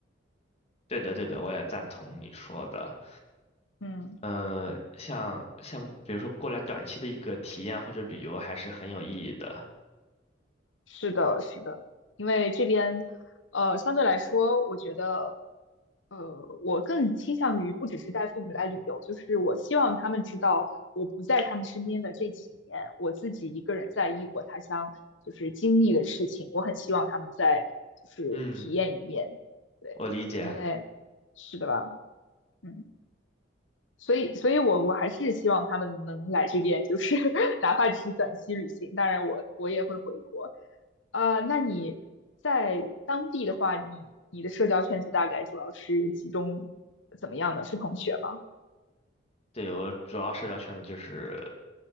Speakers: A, on the left; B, on the left.
A: 对的，对的，我也赞同你说的。
B: 的。嗯。
A: 呃，像像比如说过来短期的一个体验或者旅游，还是很有意义的。
B: 是的，是的，因为这边，呃，相对来说，我觉得，呃，我更倾向于不只是带父母来旅游，就是我希望他们知道我不在他们身边的这几年，我自己一个人在异国他乡就是经历的事情，我很希望他们再就是体验一遍，
A: 嗯，
B: 对，
A: 我理解。
B: 因为是的吧，嗯。所以，所以我我还是希望他们能来这边，就是 <laughs> 哪怕只是短期旅行。当然我，我我也会回国。呃，那你在当地的话，你你的社交圈子大概主要是集中怎么样呢？是同学吗？
A: 对，我主要社交圈子就是